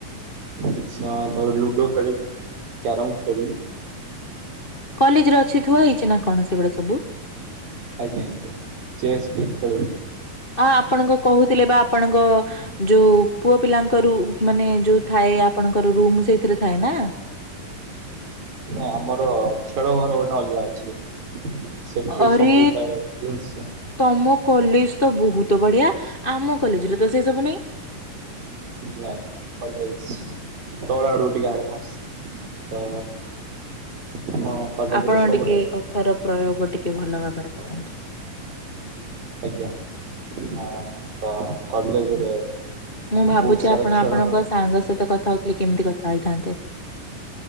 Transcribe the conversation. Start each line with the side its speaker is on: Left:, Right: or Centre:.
Right: କିଛି ସମୟ ତଳେ ଲୁଡୋ ଖେଳିଲୁ। କ୍ୟାରମ ଖେଳିଲୁ।
Left: କଲେଜରେ ଅଛି ଥୁଆ ହେଇଛି ନା କଣ ସେଗୁଡା ସବୁ?
Right: ଆଜ୍ଞା ଆଜ୍ଞା ଚେସ୍ ବି ଖେଳୁ।
Left: ହଁ, ଆପଣଙ୍କ କହୁଥିଲେ ବା ଆପଣଙ୍କ ଯୋଉ ପୁଅ ପିଲାଙ୍କରୁ ମାନେ ଯୋଉ ଥାଏ ଆପଣଙ୍କର ରୁମ୍ ସେଇଥିରେ ଥାଏ ନା?
Right: ନା, ଆମର ଖେଳ ଘର ଗୋଟେ ଅଲଗା ଅଛି। ସେଠି
Left: ଆରେ
Right: ସବୁ ଥାଏ ଜିନିଷ
Left: ତମ କଲେଜ ତ ବହୁତ ବଢିଆ। ଆମ କଲେଜରେ ତ ସେଇ ସବୁ ନାଇଁ!
Right: ନାଇଁ ଭଲ ହେଇଛି ତଳ ଆଡୁ ଟିକେ ଆଡଭାନ୍ସ ତ ଆମ କଲେଜରେ
Left: ଆପଣ
Right: ସବୁ
Left: ଟିକେ
Right: ଟାଇପ
Left: କଥାର ପ୍ରୟୋଗ ଟିକେ ଭଲ ଭାବରେ କରନ୍ତୁ।
Right: ଆଜ୍ଞା, ତ କଲେଜରେ
Left: ମୁଁ ଭାବୁଛି
Right: ବହୁତ ସାରା
Left: ଆପଣ
Right: ଖେଳ
Left: ଆପଣଙ୍କ
Right: ଘର
Left: ସାଙ୍ଗ ସହିତ କଥା ହଉଥିଲେ କେମିତି କଥା ହେଇଥାନ୍ତେ?